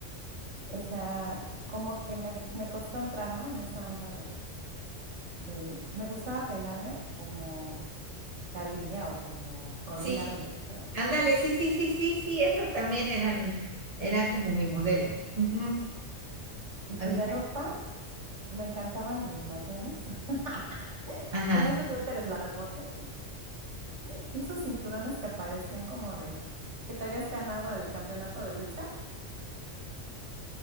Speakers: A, on the right (about 70°); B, on the right (about 30°).
A: o sea, como que me, me costó entrar, ¿no? En esa onda del, del... Me gustaba peinarme como Thalía o como Paulina
B: Sí,
A: Rubio, ¿te acuerdas?
B: ándale, sí, sí, sí, sí, sí, esas también eran, era como mi modelo. Ujú.
A: Y
B: A
A: pues
B: mí,
A: de ropa me encantaban los mayones, <laughs>
B: ajá.
A: con esos suéteres largotes <laughs> y esos cinturones que parecían como de que te habías ganado el campeonato de lucha.